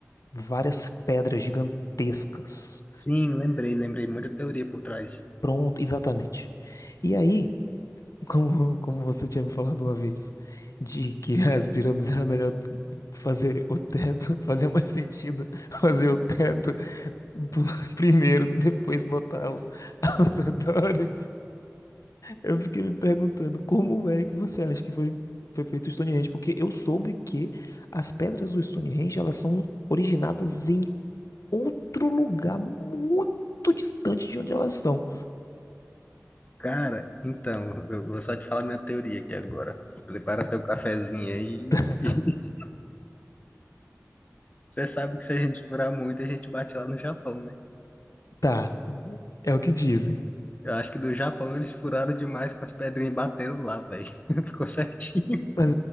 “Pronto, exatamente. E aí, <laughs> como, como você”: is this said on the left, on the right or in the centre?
Left